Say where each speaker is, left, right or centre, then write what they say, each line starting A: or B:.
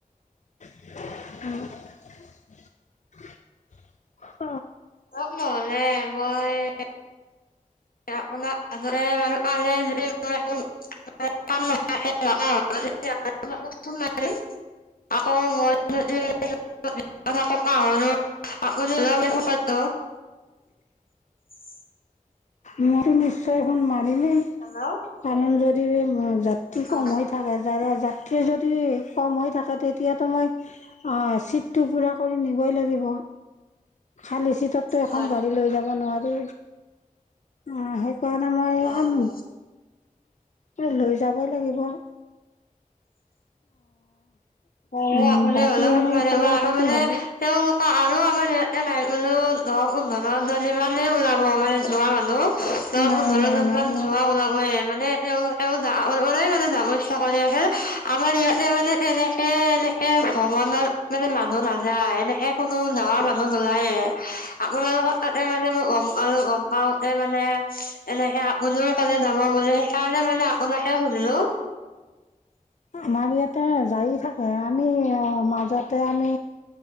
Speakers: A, on the left (about 55°); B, on the left (about 80°).
A: <unintelligible> <unintelligible>
B: আহক নহলে মই- <unintelligible> <unintelligible>
A: মইটো নিশ্চয় ফোন মা যিয়ে
B: হেল্ল'
A: কাৰণ য'ত দিবি। যাত্ৰী কম
B: অ
A: হৈ থাকে। যাত্ৰী যদি কম হৈ থাকে তেতিয়াতো মই- চিটটো পুৰা কৰি নিবই লাগিব খালি চি তততো এখন
B: হয় হয়
A: গাড়ী লৈ যাব নোৱাৰি অ সেই পান মম
B: হয়
A: উ লৈ যাবই লাগিব
B: অ
A: উম,
B: মানে
A: বাকী
B: অলপ
A: এনেই
B: মানে
A: খবৰ
B: আৰু
A: খাতি
B: মানে
A: ভালে?
B: তেওঁলোক অ আৰু আমাৰ ইয়াতে নাই বোলো দহ পোন্ধৰজনী মমানেই ওলাব মানে যোৱা মানুহ ত
A: নাই,
B: পোন্ধৰ
A: নাই,
B: জন
A: নাই,
B: মান
A: নাই।
B: যোৱা ওলাবহে মানে তেওঁলোকেও যৰে মানে যাব ইচ্ছা কৰি আহে আমাৰ ইয়াতে মানে এনেকে এনেকে ভ্ৰমণত মানে মানুহ নাযায় এনেকে কোনো নাৱা মানুহ নোলায়ে আপোনাৰালোকত ত মানে গম গম পা মানে এনেকে আপুনিও ক'লে যাব বুলি সেইকাৰণে মানে আপোনাকে শুনিলো
A: আমাৰ ইয়াতে যায় থাকে আমি মাজতে আমি